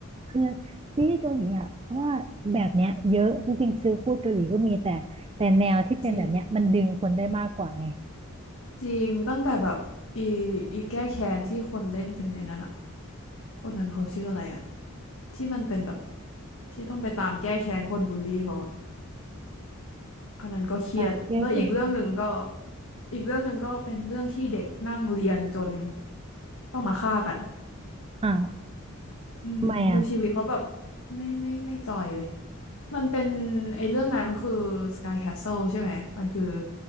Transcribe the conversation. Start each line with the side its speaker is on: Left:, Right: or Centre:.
Right: คือซีรีส์เกาหลีอ่ะเพราะว่าแบบเนี้ยเยอะจริงๆซิลพูดเกาหลีก็มีแต่แต่แนวที่เป็นแบบเนี้ยมันดึงคนได้มากกว่าไง
Left: จริง จริงตั้งแต่แบบอีอีแก้แค้นที่คนเล่นเป็นในนั้นอะคนนั้นเขาชื่ออะไรอะที่มันเป็นแบบที่ต้องไปตามแก้แค้นคนบูลลี่เขาอะอันนั้นก็เครียดแล้วอีกเรื่องหนึ่งก็
Right: ตามแยกนั้น
Left: อีกเรื่องหนึ่งก็เป็นเรื่องที่เด็กนั่งเรียนจนต้องมาฆ่ากัน
Right: อ้าว
Left: อืมดูชีวิตเขาแบบ
Right: ทำไมอ่ะ
Left: ไม่ไม่ไม่จอยเลยมันเป็นไอ้เรื่องนั้นมันคือ Sky Castle ใช่ไหมมันคือ